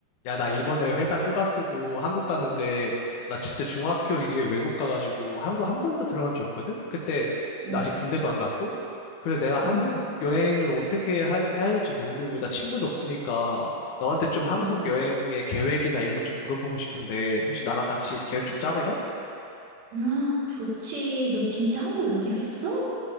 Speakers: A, on the left; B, on the right.
A: 야, 나 이번에 회사 휴가 쓰고 한국 가는데, 나 진짜 중학교 이후에 외국 가가지고 한국 한 번도 들어간 적 없거든? 그때, 나
B: 응,
A: 아직 군대도 안 갔고? 그래서 내가 한국
B: 응,
A: 여행을 어떻게 하- 해야 될지 모르고, 나 친구도 없으니까, 너한테 좀 한국
B: 응.
A: 여행의 계획이나 이런 거 좀 물어보고 싶은데, 혹시 나랑 같이 계획 좀 짜볼래?
B: 아, 좋지. 너 진짜 한국 오기로 했어?